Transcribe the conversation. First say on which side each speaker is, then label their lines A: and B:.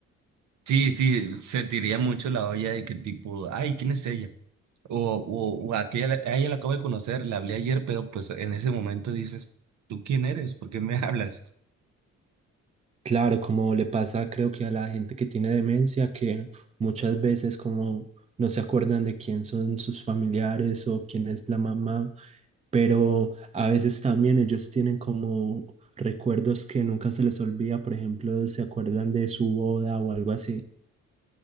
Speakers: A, on the right (about 70°); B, on the right (about 20°).
A: Sí, sí, sentiría mucho la olla de que tipo, ay, ¿quién es ella? O, o, o aquella, la- a ella la acabo de conocer, la hablé ayer, pero pues en ese momento dices, ¿tú quién eres? ¿Por qué me <laughs> hablas?
B: Claro, como le pasa creo que a la gente que tiene demencia, que muchas veces como no se acuerdan de quién son sus familiares o quién es la mamá, pero a veces también ellos tienen como recuerdos que nunca se les olvida, por ejemplo, se acuerdan de su boda o algo así.